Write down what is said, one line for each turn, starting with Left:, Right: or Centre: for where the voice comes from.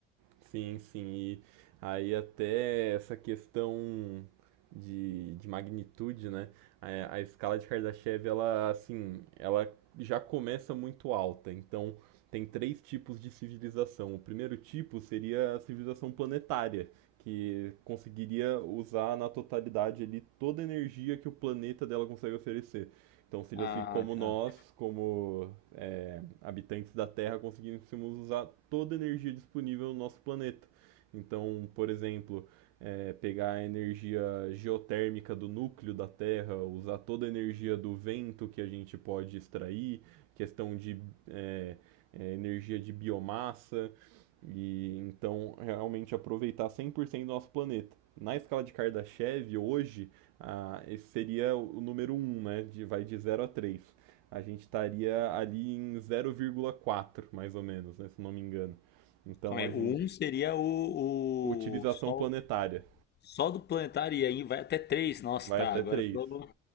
Right: Sim, sim. E aí até essa questão de, de magnitude, né? A, a escala de Kardashev, ela assim, ela já começa muito alta. Então tem três tipos de civilização. O primeiro tipo seria a civilização planetária, que conseguiria usar na totalidade ali toda a energia que o planeta dela consegue oferecer. Então seria
Left: Ah,
Right: assim, como nós,
Left: tá.
Right: como é, habitantes da Terra, conseguíssemos usar toda a energia disponível no nosso planeta. Então, por exemplo, é, pegar a energia geotérmica do núcleo da Terra, usar toda a energia do vento que a gente pode extrair, questão de é, é, energia de biomassa, e então realmente aproveitar 100% do nosso planeta. Na escala de Kardashev, hoje, ah, esse seria o número um, né? De, vai de zero a 3. A gente estaria ali em zero, vírgula quatro, mais ou menos, né? Se não me engano. Então
Left: Calma aí.
Right: a
Left: O
Right: gente.
Left: um seria o,
Right: Utilização
Left: o só,
Right: planetária.
Left: só do planetário, e aí vai até três Nossa,
Right: Vai
Left: tá.
Right: até
Left: Agora
Right: 3.
Left: eu tô,